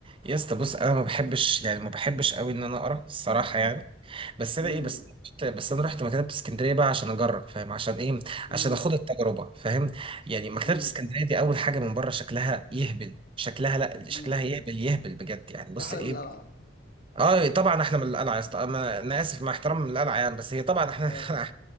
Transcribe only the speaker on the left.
امم
امم
امم
امم
احلى
من القلعة
اه